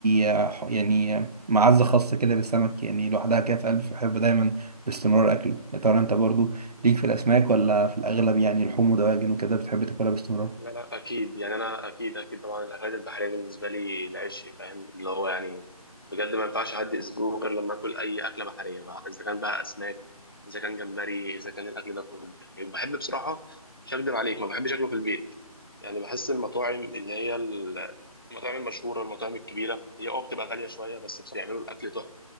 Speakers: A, on the right; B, on the left.
A: آه، ح- يعني آه، معزة خاصة كده للسمك يعني لوحدها كده في قلبي بحب دايما باستمرار أكله يا ترى أنت برضو ليك في الأسماك ولا في الأغلب يعني لحوم ودواجن وكده بتحب تاكلها باستمرار؟
B: لا لا اكيد يعني انا اكيد اكيد طبعا الاكلات البحريه بالنسبه لي العشق فاهم اللي هو يعني بجد ما ينفعش اعدي اسبوع غير لما اكل اي اكله بحريه بقى اذا كان بقى اسماك اذا كان جمبري اذا كان الاكل ده كله يعني بحب بصراحه مش هكدب عليك ما بحبش اكله في البيت يعني بحس المطاعم اللي هي ال- المطاعم المشهوره المطاعم الكبيره هي اه بتبقى غاليه شويه بس بصراحه بيعملوا الاكل تحفه